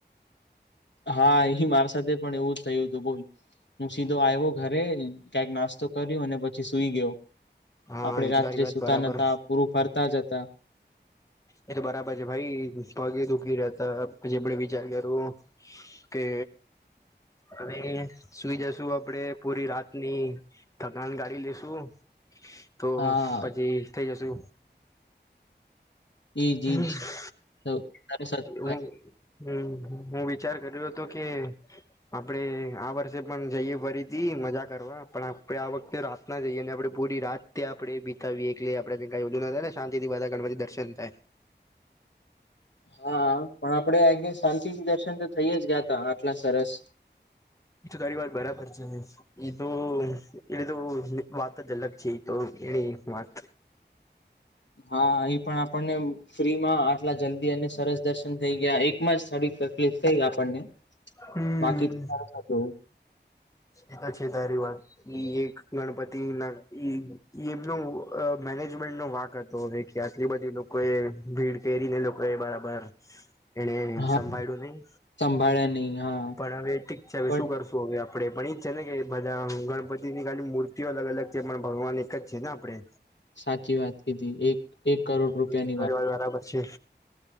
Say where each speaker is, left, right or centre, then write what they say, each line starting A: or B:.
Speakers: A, on the left; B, on the left.
A: હા એ મારા સાથે પણ એવું જ થયું હતું બોલ હું સીધો આવ્યો ઘરે કંક નાસ્તો <unintelligible> કર્યો અને પછી સુઈ ગયો
B: હા
A: આપડે
B: એ
A: રાત્રે
B: તો તારી વાત
A: સુતા
B: બરાબર
A: નતા પૂરું ફરતા જ હતા.
B: એ તો બરાબર છે ભાઈ પગે દુખી રહતા પછી આપડે વિચાર કરું કે હવે સુઈ જશું આપડે પૂરી રાતની થકાન ગાડી લેશુ તો
A: હા,
B: પછી થઈ જશુ.
A: એજ
B: <unintelligible>
A: એજ. તો સરસ હતું
B: હમ
A: ભાઈ.
B: હું વિચાર કર્યો હતો કે આપડે આ વર્ષે પણ જઈએ ફરીથી મજા કરવા પણ આપડણે આ વખતે રાત ના જઈએ અને આપડણે પૂરી રાત આપડણે બીતાવીએ એટલે આપડને કઈ ઓધું ના થાય ને શાંતિ થી બધા ગણપતિ દર્શન થાય
A: હા પણ આપડે આ ગ શાંતિ દર્શન તો થઈ જ ગયા ત આટલા સરસ
B: તો તારી વાત બરાબર છે ને એ તો એની તો વાત જ અલગ છે એ તો એની વાત
A: હા એહી પણ આપણને ફ્રીમાં આટલા જલ્દી અને સરસ દર્શન થઈ ગયા એકમાં જ સ પ્લી થ આપણને
B: હમ
A: બાકી તો સરસ હતું.
B: એ તો છે તારી વાત એક ગણપતિ ના એમનો મેનેજમેન્ટ નો વાક હતો તો ભ કે આટલી બધી લોકો એ ભીડ કેરીને લોકો એ બરાબર એને
A: હા
B: સંભાળળ્યું નહી
A: સંભાળ્યા ન હા
B: પણ હવે ઠીક છે હવે
A: પણ
B: શું કરશું હવે આપણેે પણ એજ છે ને કે બધા ગણપતિની ખાલી મૂર્તિઓ અલગ અલગ છે પણ ભગવાન એક જ છે ને આપણે
A: સાચી વાત કીધી એક એક
B: હમ
A: કરોડ રૂપિયાની
B: ઘરી
A: વાત
B: વાળ બરાબર છે